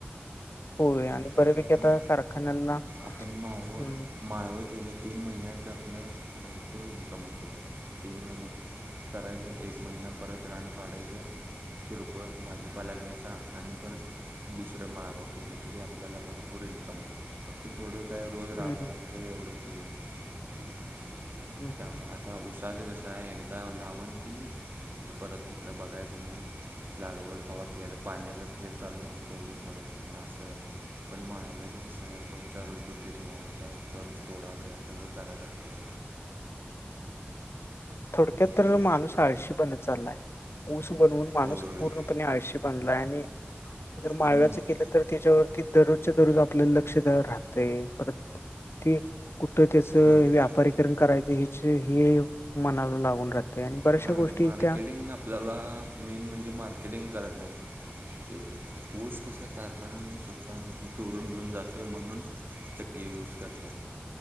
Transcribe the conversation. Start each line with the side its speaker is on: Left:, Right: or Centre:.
Left: होय आणि
Right: त्यात
Left: बऱ्यापैकी
Right: आपण
Left: आता कारखान्याला हम
Right: आपण माळवं माळवं केलं तीन महिन्यात की आपलं भरपूर इन्कम होतोय. तीन महिने करायचं एक महिना परत रान पाडायचं. किरकोळ भाजीपाला घ्यायचा आणि परत दुसरं माळवं केलं तरी आप आपल्याला भरपूर इन्कम हाय फक्त थोडं काय रोज राबायला
Left: हम्म
Right: एवढंच <inaudible>
Left: हम्म
Right: त्यामुळे
Left: हम्म.
Right: आता उसाचं कसं हाय एकदा लावण केली कि परत तिकड बघायचं नाय. लागावड कवा फेर पाण्याचा फेर चालू होईल तेवढंच बघायचं असं हाय. पण माळाव्याचं कसं हाय रोजच्या रोज डुटी ठेवाया लागत्या, रोजच्या रोजथोडा वेळ सगळं कराय लागते.
Left: थोडक्यात तर
Right: हॅलो
Left: माणूस आळशी बनत चाललाय, ऊस बनवून माणूस
Right: होय
Left: पूर्ण तुम्ही आळशी बनलाय आणि जर माळव्याच
Right: हम्म
Left: केलं तर त्याच्यावर ती दररोजच्या दररोज आपल्याला लक्ष द्यायला राहतय परत ती कुठं त्याच
Right: होय
Left: व्यापारीकरण करायचं हेच हे मनाला लागून राहत. त्या आणि बऱचशा
Right: हां
Left: गोष्टी
Right: मार्केटिंग
Left: त्या
Right: आपल्याला मेन म्हणजे मार्केटिंग करत नाहीत. ते ऊस कस कारखान्यात स्वतः तोडून घेऊन जातो म्हणून स सगळे ऊस करतात.